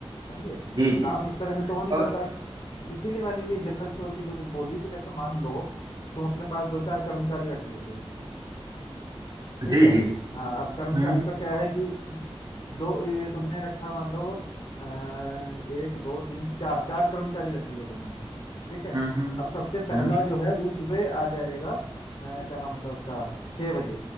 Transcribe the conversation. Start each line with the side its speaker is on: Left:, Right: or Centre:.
Left: समझे
Right: जी जी
Left: काम
Right: जी
Left: इस तरह से तो हो नहीं
Right: और
Left: सकता इसीलिए मैंने ये जनरल स्टोर की दो बोली कि जैसे मान लो तुम अपने पास दो चार कर्मचारी रख लेते हो ठीक
Right: जी
Left: है
Right: जी
Left: हाँ अब कर्मचारी
Right: हम्म,
Left: का क्या है कि दो ए, तुमने रखा मान लो आ, एक दो तीन चार चार कर्मचारी रख लिए तुमने ठीक है
Right: हम्म, हम्म,
Left: अब सबसे पहला
Right: हम्म,
Left: जो है वो सुबह आ जाएगा अ, क्या नाम होता है उसका छः बजे